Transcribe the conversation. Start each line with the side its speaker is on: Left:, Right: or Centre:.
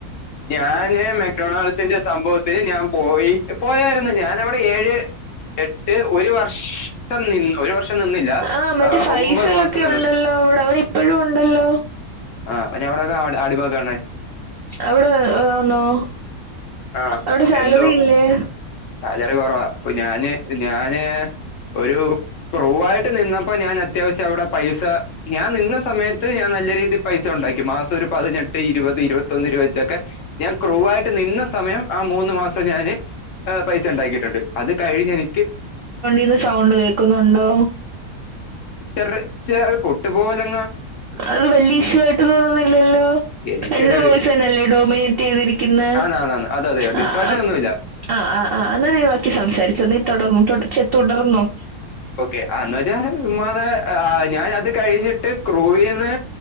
Left: ഞാന് മെക്ടണാൾസിന്റെ സംഭവത്തിന് ഞാൻ പോയി പോയായിരുന്നു ഞാനവിടെ ഏഴ് എട്ട് ഒരു വർ വഷം നിന്നു ഒരു വർഷം നിന്നില്ല
Right: ആ മറ്റേ ഫൈസലൊക്കെ
Left: ഒമ്പത് മാസം നിന്ന്
Right: ഉണ്ടല്ലോ അവിടെ അവൻ ഇപ്പോഴും ഉണ്ടല്ലോ
Left: ആഹ അപ്പൊ ഞവിടെക്കെ അടിമക്കണ
Right: അവിടെ ആ, ആണോ
Left: ആഹ
Right: അവിടെ സാലറി
Left: എന്തോ
Right: ഇല്ലേ
Left: സാലറി കുറവാ ഇപ്പ ഞാന് ഞാന് ഒരു പ്രൂവ ആയിട്ട് നിന്നപ്പോ ഞാൻ അത്യാവശ്യം അവിടെ പൈസ ഞാൻ നിന്ന സമയത്ത് ഞാൻ നല്ല രീതിയിൽ പൈസ ഉണ്ട ഉണ്ടാക്കി മാസം ഒരു പതിനെട്ട് ഇരുപത് ഇരുപത്തിന്ന് രുപ വെച്ചൊക്കെ ഞാൻ ക്രൂവായിട്ട് നി സമയം ആ മൂന്ന് മാസം ഞാന് പൈസ ഉണ്ടാക്കിയിട്ടുണ്ട്. അത് കഴിഞ്ഞ് എനിക്ക്
Right: ഇത് സൗണ്ട് കേൾക്കുന്നുണ്ടോ?
Left: ചെറ ചെ പൊട്ടുപോലൊെ?
Right: അത് വലിയ ഇഷായിട്ട് തോന്നുന്നില്ലല്ലോ?
Left: എനിക്കൊരു
Right: എന്റെ പോയ്സ തന്നല്ലേ ഡോമിനേറ്റ് ചെയ്തിരിക്കുന്ന.
Left: ആന്ന് ആന്ന് ആന്ന് അതെ അതെ ഡിസ്ട്രാക്ഷൻ
Right: ആ ആ്
Left: ഒന്നുമില്ല
Right: ആ ആഹ് എന്നാ വാക്കി സംസാരിച്ചോ നീ തുടങ്ങു ചേ തുടർന്നോ
Left: ഓക്കെന്ന് <unintelligible> ഞാൻ അത് കഴിഞ്ഞിട്ട് ക്രൂവ് ചെയ്യ ന്